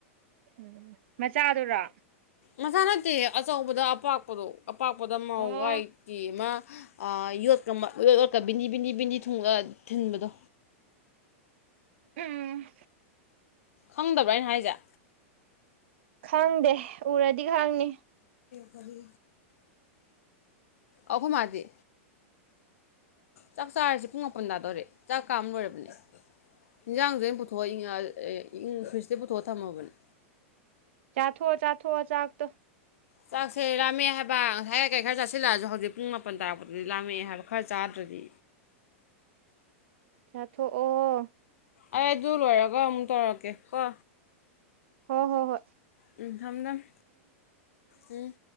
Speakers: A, on the right (about 60°); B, on the left (about 80°).
A: ꯎꯝ ꯃꯆꯥꯗꯨꯔꯣ
B: ꯃꯁꯥ ꯅꯠꯇꯦ ꯑꯆꯧꯕꯗ ꯑꯄꯥꯛꯄꯗꯣ ꯑꯄꯥꯛꯄꯗ ꯃꯥꯧ
A: ꯑꯣ
B: ꯋꯥꯏꯇꯤ ꯑꯃ ꯌꯣꯠꯀꯠ ꯌꯣꯠꯀ ꯕꯤꯟꯗꯤ ꯕꯤꯟꯗꯤ ꯕꯤꯟꯗꯤ ꯊꯨꯡ ꯊꯤꯟꯕꯗꯣ
A: ꯎꯝ
B: ꯈꯪꯗꯕ꯭ꯔꯥꯅ ꯍꯥꯏꯁꯦ
A: ꯈꯪꯗꯦ ꯎꯔꯗꯤ ꯈꯪꯅꯤ
B: ꯀꯗꯤ ꯑꯣꯍ ꯃꯥꯗꯤ ꯆꯥꯛ ꯆꯥꯔꯤꯁꯤꯦ ꯄꯨꯡ ꯃꯥꯄꯟ ꯇꯥꯗꯧꯔꯦ ꯆꯥꯛ ꯀꯥꯝ ꯂꯣꯏꯔꯕꯅꯦ ꯏꯟꯖꯥꯡꯗ ꯑꯩꯅ ꯐꯇꯣ ꯏ ꯑꯦ ꯏ ꯈꯔꯁꯇꯦ ꯐꯇꯣ ꯊꯝꯃꯕꯅꯤ
A: ꯆꯥꯊꯣꯛꯑꯣ ꯆꯥꯊꯣꯛꯑꯣ ꯆꯥꯛꯇꯣ
B: ꯆꯥꯛꯁꯦ ꯂꯥꯝꯃꯦꯑ ꯍꯥꯏꯕ ꯉꯁꯥꯏ ꯀꯩ ꯈꯔ ꯆꯥꯁꯤꯜꯂꯛꯑꯁꯨ ꯍꯧꯖꯤꯛ ꯄꯨꯡ ꯃꯥꯄꯟ ꯇꯥꯛꯄꯗꯗꯤ ꯂꯥꯝꯃꯛꯑ ꯍꯥꯏꯕ ꯈꯔ ꯆꯥꯗ꯭ꯔꯗꯤ
A: ꯆꯥꯊꯣꯛꯑꯣ
B: ꯑꯩ ꯑꯗꯨ ꯂꯣꯏꯔꯒ ꯑꯃꯨꯛ ꯇꯧꯔꯛꯀꯦ ꯀꯣ
A: ꯍꯣ ꯍꯣ ꯍꯣꯏ
B: ꯎꯝ ꯊꯝ ꯊꯝ ꯎꯝ